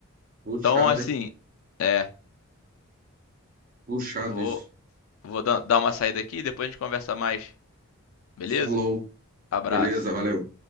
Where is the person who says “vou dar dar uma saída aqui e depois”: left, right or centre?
Left